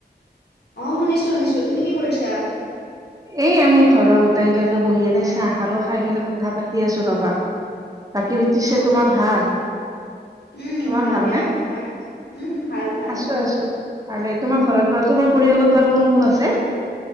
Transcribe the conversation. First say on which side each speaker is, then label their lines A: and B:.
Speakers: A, on the left; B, on the right.
A: অ শুনিছো শুনিছো তুমি কি কৰিছা
B: এই আমি ঘৰৰ গোটেইগিলাকে বহি এনে চাহ খালো খাই পেলাই কথা পাতি আছো ৰবা বাকি পিছে
A: অ
B: তোমাৰ ভাল
A: উম
B: তোমাৰ
A: ভাল
B: ভালনে?
A: দিয়া তোমাৰ উম ভাল ভাল
B: আছো আছো ভালে তোমাৰ ঘৰত বা তোমাৰ পৰিয়ালত বাৰু কোন কোন আছে